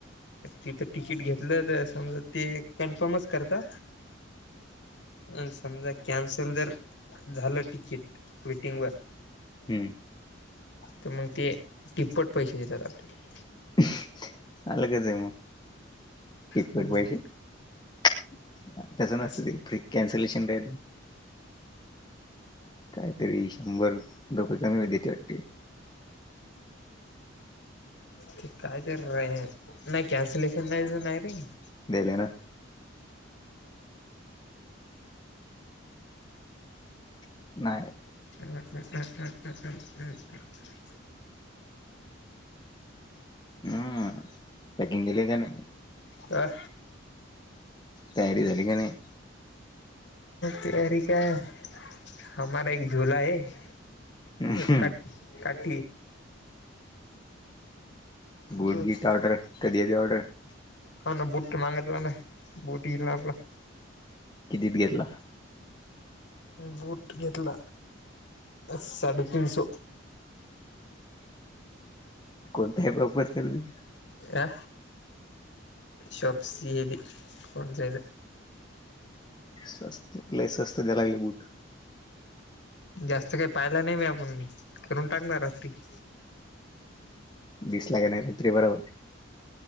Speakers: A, on the left; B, on the left.
A: तिथं तिकीट घेतलं तर समज ते कन्फर्मच - करता आणि समजा कॅन्सल जर झालं तिकीट - वेटिंग वर.
B: हम्.
A: तर मग ते तिप्पट पैसे देतात आपल्याला -
B: <unintelligible> चाल कच आहे मग टिप्पट
A: हम्म
B: पैसे - तसं नसतं
A: असं
B: ते कॅन्सलेशन - कायतरी शंभर रुपये कमी देते वाटते! <unintelligible>
A: ते काय तर र नाही कॅन्सलेशन नाहीच नाही रे -
B: देले ना - नाही.
A: <unintelligible>
B: हम्म, पॅकिंग दिली त्याने -
A: आ.
B: तयारी झाली का नाही?
A: तयारी काय <unintelligible>
B: हम्म
A: काट -काट
B: बूट
A: बस
B: गीता ऑर्डर कधी ते ऑर्डर -
A: ह ना बूट मागतला ना बूटी येईल आपला -
B: कितीत घेतला -
A: बूट घेतला, साडेतीनसो -
B: कोणताही वापर कर - <unintelligible>
A: या शॉप स येत <unintelligible>
B: स्वस्त, लय स्वस्त द्यायला बूट -
A: जास्त काही पाहिला नाही मी आपण करून टाकणार रात्री -
B: दिसला का नाही रात्री बरोबर -